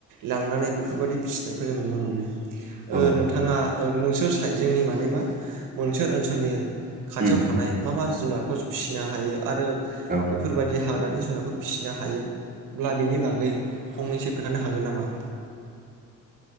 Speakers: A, on the right (about 75°); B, on the right (about 25°).
A: लांनानै बेफोरबायदि फिसिनायखौ जों नुनो मोनो।
B: औ
A: नोंथाङा नोंसोर साइड जोंनि माने मा मोनसोर ओनसोलनि खाथियाव
B: उम
A: थानाय मा मा जुनारखौ फिसिनो हायो आरो
B: औ
A: बेफोरबायदि हाग्रानि जुनारखौ फिसिनो हायोब्ला बेनि बागै फंनैसो खोन्थानो हागोन नामा?